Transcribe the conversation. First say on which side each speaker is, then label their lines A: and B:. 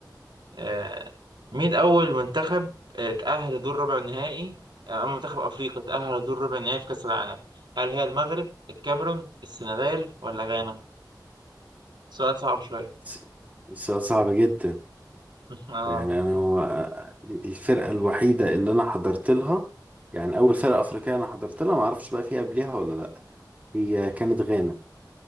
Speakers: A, on the right; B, on the right.
A: آه مين أول منتخب آه، اتأهل لدور ربع النهائي آه، أما منتخب أفريقيا اتأهل لدور ربع النهائي في كأس العالم هل هي المغرب الكاميرون السنغال ولا غانا سؤال صعب شوية
B: س- سؤال صعب جدا
A: <laughs> اه
B: يعني انا هو- دي الفرقه الوحيده اللي انا حضرت لها يعني اول فرقه افريقيه انا حضرت لها ما اعرفش بقى فيها قبلها ولا لا هي كانت غانا